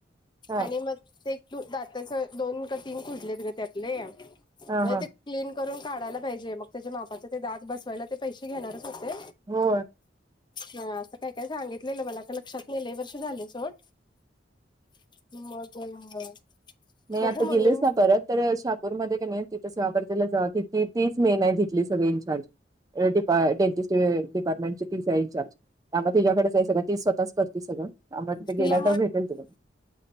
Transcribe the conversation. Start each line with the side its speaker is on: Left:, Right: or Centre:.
Right: हा
Left: आणि मग ते एक तू दाताचा दोन का तीन खुजलेत ग त्यातले ते
Right: हा
Left: तरी
Right: हा
Left: ते क्लीन करून काढायला पाहिजे मग त्याच्या मापाचे ते दात बसवायला ते पैशे घेणारच होते.
Right: हो
Left: हा असं काय काय सांगितलेलं मला आता लक्षात नेले लई वर्ष झाले सोड <unintelligible>
Right: नाही
Left: बघू
Right: आता
Left: मम्मी
Right: गेलेच
Left: हम्म
Right: ना परत तर शहापूरमध्ये क नी तिथं सोयाबर्तीला जात होती तीच मेन आहे जिथली सगळी इनचार्ज. डिपा डेंटिस्ट डीपार्टमेंट तीच आहे इनचार्ज. आंगा तिझ्याकडेच आहे सगळं ती स्वतःच करती सगळं आंगा तिथे
Left: तिला
Right: गेल्या तर भेटेल तुला.